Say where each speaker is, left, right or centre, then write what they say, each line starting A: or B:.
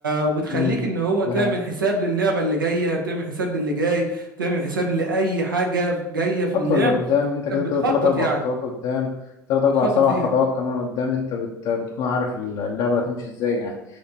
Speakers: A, on the right; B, on the left.
A: وتخليك
B: امم
A: ان هو
B: ده
A: تعمل
B: حقيقة
A: حساب للعبه اللي جايه بتعمل حساب للي جاي بتعمل حساب لاي حاجه جايه في
B: خطوة
A: اللعب
B: اللي قدام أنت كده
A: بتخطط
B: كده تلات أربع
A: يعني
B: خطوات قدام تلات أربع
A: بتخطط
B: سبع
A: ليها
B: خطوات كمان قدام أنت بت... بتكون عارف اللعبة هتمشي إزاي يعني